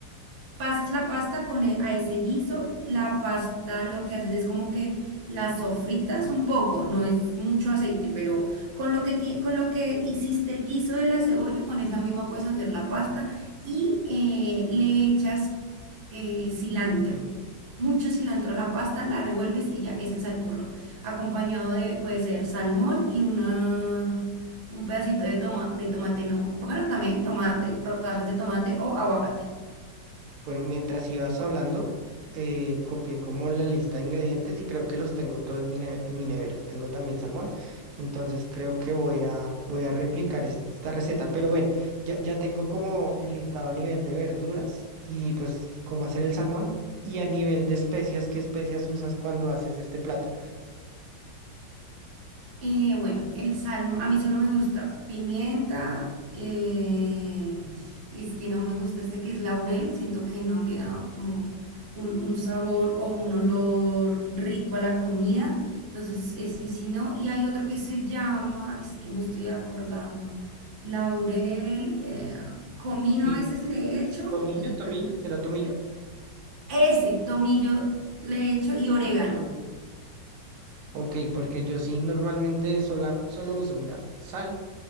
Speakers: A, on the right; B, on the right.
A: pasas la pasta con e- a ese guiso, la pasta lo que haces es como que la sofritas un poco, no es mucho aceite, pero con lo que ti- con lo que hiciste el guiso de la cebolla, con esa misma puedes hacer la pasta y eh, le echas eh, cilantro. Mucho cilantro a la pasta, la revuelves y ya, ese es el burro. Acompañado de, puede ser salmón y una, un pedacito de, toma, de tomate, no. Bueno, también tomate, rodajas de tomate o aguacate.
B: Bueno, mientras ibas hablando, eh, copié como la lista de ingredientes y creo que los tengo todos en mi, ne- en mi nevera. Tengo también salmón, entonces creo que voy a, voy a replicar es- esta receta. Pero ven, ya, ya tengo como el listado a nivel de verduras y pues cómo hacer el salmón y a nivel de especias, ¿qué especias usas cuando haces este plato?
A: Eh, bueno, el salmo, a mí solo me gusta pimienta, eh, y es que no me gusta este que es laurel, siento que no le da como un, un sabor o un olor rico a la comida, entonces ese sí no, y hay otro que se llama, es que me estoy acordando, laurel, eh, comino
B: Pi-
A: a veces le echo
B: ¿Tomillo?
A: y
B: ¿Tomillo? ¿Será tomillo?
A: ese, tomillo le echo y orégano.
B: Ok, porque yo sí normalmente sola, solo uso, mira, sal,